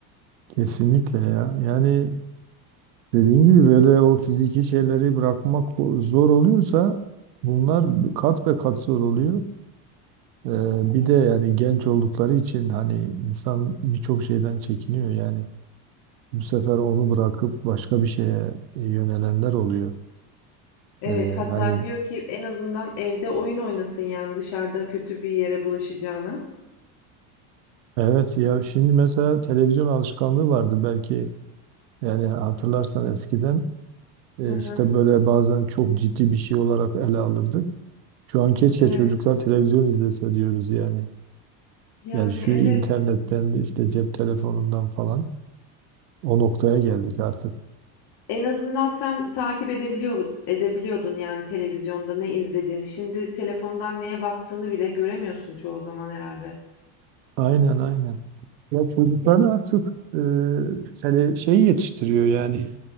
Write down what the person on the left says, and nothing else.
Evet,
hatta
diyor ki en azından evde oyun oynasın yani dışarıda kötü bir yere bulaşacağına.
Hı hı.
Evet.
Yani
evet.
En azından sen takip edebiliyor edebiliyordun yani televizyonda ne izlediğini. Şimdi telefondan neye baktığını bile göremiyorsun çoğu zaman herhalde.